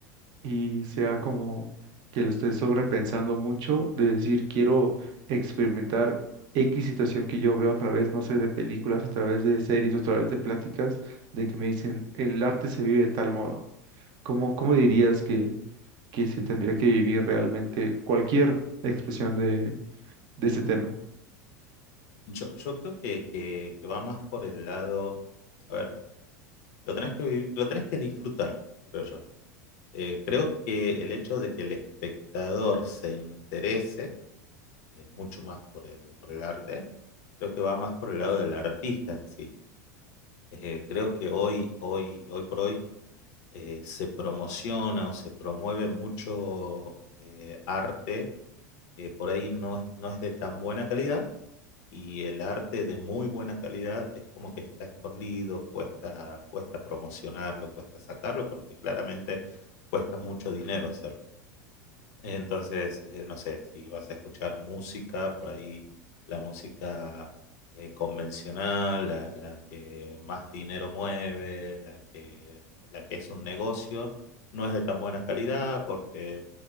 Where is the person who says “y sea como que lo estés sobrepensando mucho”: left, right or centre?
Right